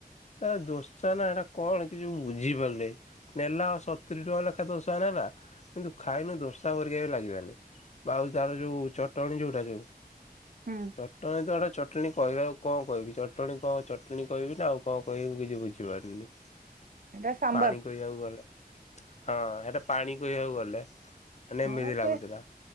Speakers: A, on the left (about 45°); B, on the right (about 60°).
A: ତା ଦୋଷ ନା ହେଟା କଣ କିଛି ମୁଁ ବୁଝିପାରିଲିନେଇ। ନେଲା ସତୁରି ଟଙ୍କା ଲେଖା ଦୋଶା ନେଲା କିନ୍ତୁ ଖାଇନୁ ଦୋସା ପରିକା ବି ଲାଗିଲାନି। ଆଉ ତାର ଯୋଉ ଚଟଣୀ ଯୋଉଟା ଯୋଉ
B: ହୁଁ
A: ଚଟଣୀ ତ ହେଟା ଚଟଣୀ କହିବା ଆଉ କଣ କହିବି ଚଟଣୀ କଣ ଚଟଣୀ କହିବି ନା ଆଉ କଣ କହିବି ମୁଁ କିଛି ବୁଝିପାରୁନି
B: ଏଇଟା ସାମ୍ବର
A: ପାଣି କହିବାକୁ ଗଲେ। ହଁ ହେଟା ପାଣି କହିବାକୁ ଗଲେ ମାନେ
B: ହଁ
A: ଏମିତି
B: ସେ
A: ଲାଗୁଥିଲା।